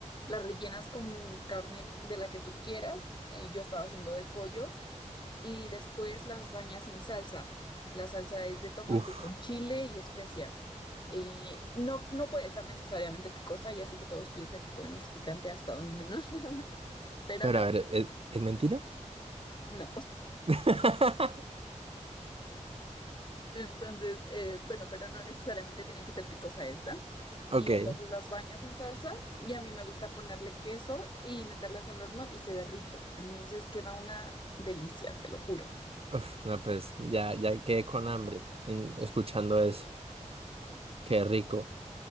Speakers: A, on the left; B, on the right.
A: la rellenas con carne de la que tú quieras. eh, yo estaba haciendo de pollo. y después las bañas en salsa. La salsa es de tomate
B: Uf,
A: con chile y especias. Eh, no, no puede ser necesariamente picosa, ya sé que todos piensan que comemos picante hasta donde no, <laughs> pero
B: pero
A: no,
B: a ver, ¿es, es mentira?
A: no.
B: <laughs>
A: Entonces, eh, bueno, pero no necesariamente tiene que ser picosa esta.
B: Ok,
A: Y entonces las bañas en salsa y a mí me gusta ponerle queso y meterlas al horno y se derrite. Entonces queda una delicia, te lo juro.
B: uf, no, pues ya, ya quedé con hambre en- escuchando eso. Qué rico.